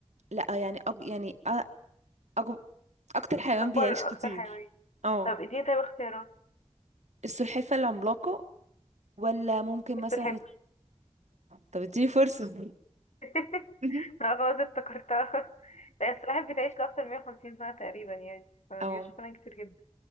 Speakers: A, on the right (about 75°); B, on the left (about 75°).
A: لأ يعني أج... يعني أ... أج... اكتر حيوان
B: اكبر
A: بيعيش كتير
B: اكتر حيوان
A: اه
B: طب اديني طيب اختيارات
A: السلحفة العملاقة ولا ممكن
B: السلحفاة
A: مثلا الت- طب اديني فرصة
B: <laughs>
A: <laughs>
B: اه خلاص افتكرتها <laughs> لا السلاحف بتعيش لأكتر من 150 سنة تقريبا يعني فبيعيش
A: اه
B: فعلا كتير جدا